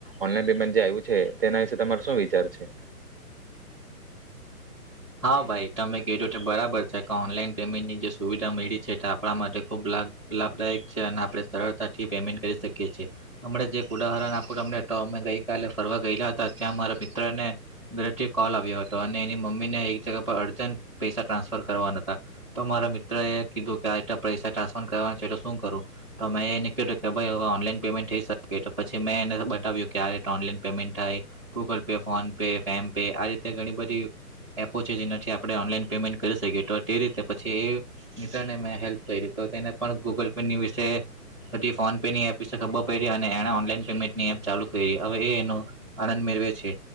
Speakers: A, on the right (about 40°); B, in the centre.
A: ઓનલાઈન પેમેન્ટ જે આયવુ છે તેના વિશે તમારો શું વિચાર છે?
B: હા! ભાઈ તમે કીધું તે બરાબર છે કે ઓનલાઈન પેમેન્ટની જે સુવિધા મયળી છે તે આપણા માટે ખૂબ લાભ લાભદાયક છે અને આપણે સરળતાથી પેમેન્ટ કરી શકીએ છીએ. અમણાં જે એક ઉદાહરણ આપું તમને તો અમે ગઈકાલે ફરવા ગયલા હતા ત્યાં મારા મિત્રને ઘરેથી કોલ આવ્યો હતો અને એની મમ્મી ત્યાં એક જણ પર અરજંત પૈસા ટ્રાન્સફર કરવાના હતા તો મારા મિત્ર એ કીધું કે આ રીતે પૈસા ટ્રાન્સફર કરવાના છે તો શું કરું? તો મેં એને કીધું કે ભાઇ અવે પેમેન્ટ થઈ શકે તો પછી મેં એને બતાવ્યું કે આ રીતે ઓનલાઈન પેમેન્ટ થાય ગૂગલ પે, ફોન પે, પેમ પે આ રીતે ઘણી બધી એપો છે જેનાથી આપણે ઓનલાઈન પેમેન્ટ કરી શકીએ તો તે રીતે પછી એ મિત્રને મેં હેલ્પ કઈરી તો તેને પણ ગૂગલ પે ની વિશે, પછી ફોન પે ની એપ વિશે ખબર પયડી અને એણે ઓનલાઈન પેમેન્ટની એપ ચાલુ કયરી અવે એ એનો આનંદ મેળવે છે.